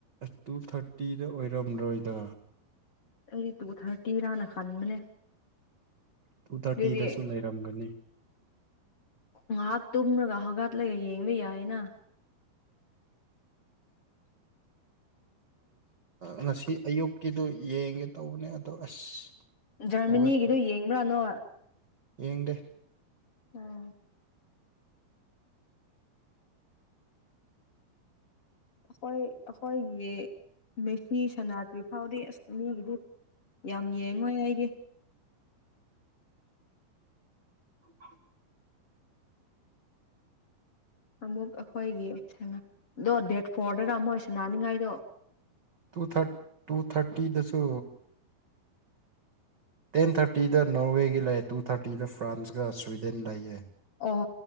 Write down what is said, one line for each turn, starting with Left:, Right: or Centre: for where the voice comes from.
Right: ꯇꯨ ꯊꯥꯔꯇꯤꯗ ꯑꯣꯏꯔꯝꯂꯣꯏꯗ
Left: ꯑꯩꯗꯤ ꯇꯨ ꯊꯥꯔꯇꯤꯔꯅ ꯈꯟꯕꯅꯦ
Right: ꯇꯨ ꯊꯥꯔꯇꯤꯗꯁꯨ
Left: ꯑꯗꯨꯗꯤ
Right: ꯂꯩꯔꯝꯒꯅꯤ
Left: ꯉꯥꯏꯍꯥꯛ ꯇꯨꯝꯔꯒ ꯍꯧꯒꯠꯂꯒ ꯌꯦꯡꯕ ꯌꯥꯏꯅ
Right: ꯉꯁꯤ ꯑꯌꯨꯛꯀꯤꯗꯨ ꯌꯦꯡꯒꯦ ꯇꯧꯕꯅꯦ ꯑꯗꯣ ꯑꯁ
Left: ꯖꯔꯃꯅꯤꯒꯤꯗꯨ
Right: ꯍꯧꯒꯠꯄ
Left: ꯌꯦꯡꯕ꯭ꯔꯥꯅꯣ
Right: ꯌꯦꯡꯗꯦ
Left: ꯎꯝ ꯑꯩꯈꯣꯏ ꯑꯩꯈꯣꯏꯒꯤ ꯃꯦꯁꯤꯤ ꯁꯅꯥꯇ꯭ꯔꯤ ꯐꯥꯎꯗꯤ ꯑꯁ ꯃꯤꯒꯤꯗꯤ ꯌꯥꯝ ꯌꯦꯡꯉꯣꯏ ꯑꯩꯗꯤ
Right: <unintelligible>
Left: ꯑꯃꯨꯛ ꯑꯩꯈꯣꯏꯒꯤꯗꯣ ꯗꯦꯠ ꯐꯣꯔꯗꯅ ꯑꯃꯨꯛ ꯁꯟꯅꯅꯤꯡꯉꯥꯏꯗꯣ
Right: ꯇꯨ ꯊꯥꯔ ꯇꯨ ꯊꯥꯔꯇꯤꯗꯁꯨ ꯇꯦꯟ ꯊꯥꯔꯇꯤꯗ ꯅꯣꯔꯋꯦꯒꯤ ꯂꯩꯌꯦ ꯇꯨ ꯊꯥꯔꯇꯤꯗ ꯐ꯭ꯔꯥꯟꯁꯀ ꯁ꯭ꯋꯤꯗꯦꯟ ꯂꯩꯌꯦ
Left: ꯑꯣ